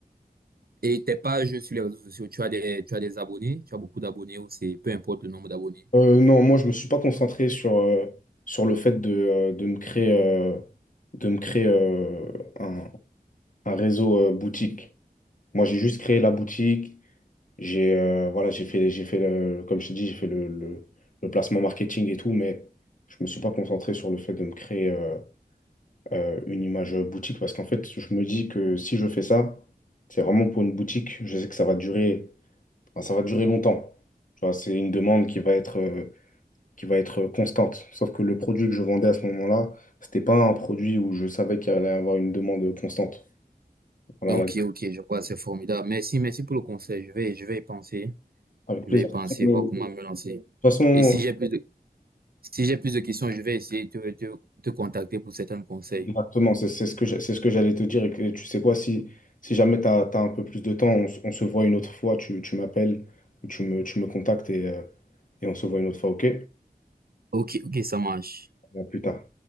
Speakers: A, on the right; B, on the left.
A: et tes pages sur les réseaux sociaux, tu as des, tu as des abonnés, tu as beaucoup d'abonnés ou c'est peu importe le nombre d'abonnés.
B: Euh, non, moi, je me suis pas concentré sur, euh, sur le fait de, euh, de me créer, euh, de me créer euh, un, un réseau euh, boutique. Moi, j'ai juste créé la boutique. J'ai euh, voilà, j'ai fait, j'ai fait le, comme je te dis j'ai fait le, le- le placement marketing et tout, mais je me suis pas concentré sur le fait de me créer euh, euh, une image boutique parce qu'en fait, je me dis que si je fais ça, c'est vraiment pour une boutique. Je sais que ça va durer, enfin, ça va durer longtemps. Tu vois, c'est une demande qui va être, euh, qui va être constante. Sauf que le produit que je vendais à ce moment-là, c'était pas un produit où je savais qu'il allait avoir une demande constante. Voilà,
A: Ok,
B: là-
A: ok, je vois, c'est formidable. Merci, merci pour le conseil. Je vais, je vais y penser.
B: avec
A: Je
B: plaisir.
A: vais y penser,
B: De
A: voir
B: toute
A: comment me lancer.
B: façon,
A: Et si j'ai plus de, si j'ai plus de questions, je vais essayer de te, te, te contacter pour certains conseils.
B: Exactement, c'est c'est ce que j'ai- c'est ce que j'allais te dire. Et que- tu sais quoi, si, si jamais tu as, un peu plus de temps, on, se on se voit une autre fois, tu, tu m'appelles ou tu me, tu me contactes et, euh, et on se voit une autre fois, ok?
A: Ok, ok, ça marche.
B: À plus tard.